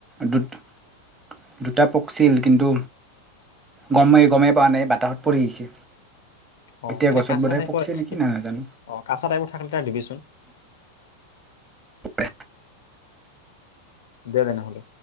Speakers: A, on the right; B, on the left.
A: দু-দুটা পকছিল কিন্তু গমেই গমেই পোৱা নাই বাতাহত পৰি আহিছে।
B: অ',
A: এতিয়া
B: এনে
A: গছত
B: কঁচা
A: বোধহয়
B: টাইপৰ
A: পকছে নেকি
B: অ',
A: নাই নাজানো
B: কঁচা টাইপৰ থাকিলে তাৰ দিবিচোন।
A: অ',
B: দে তেনেহ'লে।